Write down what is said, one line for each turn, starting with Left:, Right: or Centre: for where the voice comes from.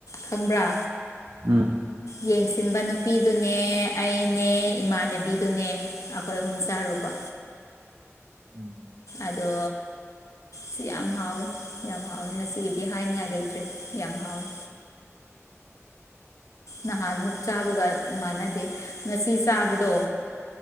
Left: ꯈꯪꯕ꯭ꯔꯥ
Right: ꯎꯝ
Left: ꯌꯦꯡꯁꯤ ꯆꯤꯟꯕ ꯅꯨꯄꯤꯗꯨꯅꯦ ꯑꯩꯅꯦ ꯏꯃꯥꯟꯅꯕꯤꯗꯨꯅꯦ ꯑꯩꯈꯣꯏ ꯑꯍꯨꯝ ꯆꯥꯔꯨꯕ
Right: ꯎꯝ
Left: ꯑꯗꯣ ꯁꯤ ꯌꯥꯝ ꯍꯥꯎꯋꯤ ꯌꯥꯝ ꯍꯥꯎꯋꯤ ꯉꯁꯤꯒꯤꯗꯤ ꯍꯥꯏꯅꯤꯉꯥꯏ ꯂꯩꯇ꯭ꯔꯦ ꯌꯥꯝ ꯍꯥꯎꯋꯤ
Right: <unintelligible> <inaudible>
Left: ꯅꯍꯥꯟ ꯃꯨꯛ ꯆꯥꯕꯒ ꯃꯥꯟꯅꯗꯦ ꯉꯁꯤ ꯆꯥꯕꯗꯣ